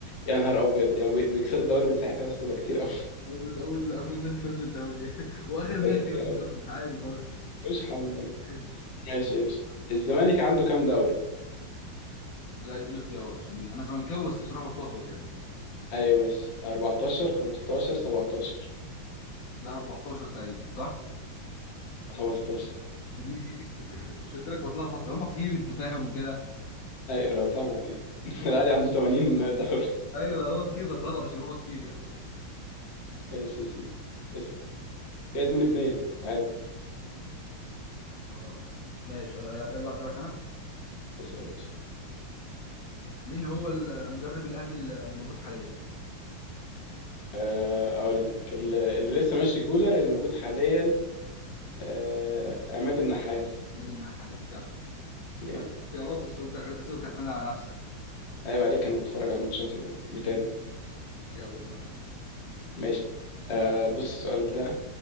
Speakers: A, on the left; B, on the left.
A: يا نهار أبيض يعني بي- بيكسب الدوري من ساعتها يا اسطى ده كتير أوي
B: اول اول اول نادي فاز بالدوري <laughs>
A: <laughs>
B: واخر نادي
A: ده كتير
B: فاز بالدوري
A: أوي
B: عادي برضه
A: ملوش حل والله
B: <laughs>
A: ماشي ماشي الزمالك عنده كام دوري؟
B: لا اديني اختيارات عشان دي انا زملكاوي بس بصراحه بتلخبط يعني
A: أيوه ماشي 14 15 17
B: لا 14 تقريبا صح؟
A: 15
B: <laughs> مش قلت لك بتلخبط فهم كتير انت فاهم وكده
A: ايوه طبعا يعني <laughs> الاهلي عنده 80 دوري
B: ايوه هو كتير بتلخبط عشان هما كتير يعني
A: ماشي يا سيدي اسال كده 2 2 تعادل
B: اه ماشي يلا اسالك انا
A: اسال يا باشا
B: مين هو المدرب الاهلي اللي موجود حاليا
A: آه، اقول لك اللي اللي لسه ماشي كولر اللي موجود حاليا آه، عماد النحاس
B: عماد النحاس جدع كنت
A: جامد
B: هديك اختيارات بس قلت اخلي الاسئله وتعتمد على نفسك
A: عيب عليك انا بتفرج على الماتشات يعني
B: <laughs>
A: متابع
B: يلا سلام
A: ماشي آه، بص السؤال ده